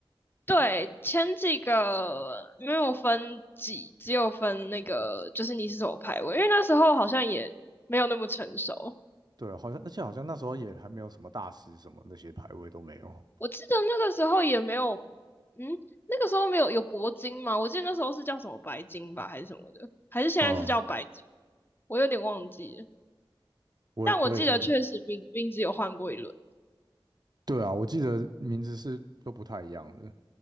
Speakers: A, on the left; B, on the right.
A: 对，前几个没有分几，只有分那个，就是你是什么排位，因为那时候好像也没有那么成熟。
B: 对，好像而且好像那时候也还没有什么大师什么那些排位都没有。
A: 我记得那个时候也没有，嗯，那个时候没有有铂金吗？我记得那时候是叫什么白金吧，还是什么的，还是现在是叫白金，
B: 哦、
A: 我有点忘记了。
B: 我也我也呃，
A: 但我记得确实名名字有换过一轮。
B: 对啊，我记得名字是都不太一样的。